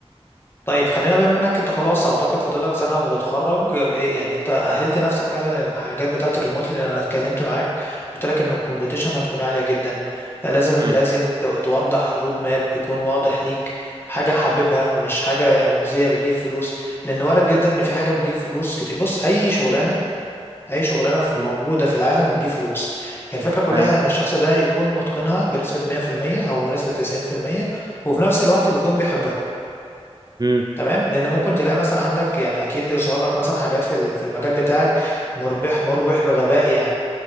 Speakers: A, on the left; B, on the right.
A: طيب خلينا بما انك انت خلاص اعتقد فاضلك سنه وتتخرج إيه يعني انت اهلت نفسك فعلا للحاجات بتاعه الريموتلي لان انا اتكلمت معاك قلت لك ان الكومبيتيشن هتكون عاليه جدا لازم
B: مم.
A: لازم ت- توضح الرود ماب يكون واضح ليك حاجه حاببها مش حاجه مجزيه بتجيب فلوس لان وارد جدا ان في حاجه بتجيب فلوس كتير بص اي شغلانه اي شغلانه في
B: مم.
A: موجوده في العالم بتجيب فلوس هي الفكره كلها
B: ايوه
A: ان الشخص ده يكون متقنها بنسبه 100% او بنسبه 90% وفي نفس الوقت بيكون بيحبها
B: مم.
A: تمام لان ممكن تلاقي مثلا عندك يعني اكيد بيظهر لك مثلا حاجات في ال- في المجال بتاعك مربح مربح بغباء يعني